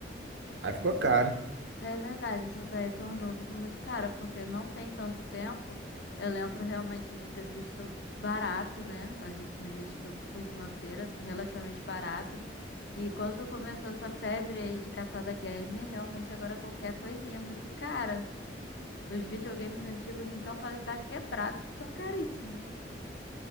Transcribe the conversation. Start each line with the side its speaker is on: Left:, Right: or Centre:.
Right: Aí ficou caro.
Left: É verdade, isso daí tornou tudo muito caro, porque não tem tanto tempo. Eu lembro realmente de ter visto barato, né? As últimas vezes que eu fui numa feira, relativamente barato. E quando começou essa febre aí de caçada gamer, realmente agora qualquer coisinha é muito cara. Os videogames antigos, então, podem estar quebrados que estão caríssimos.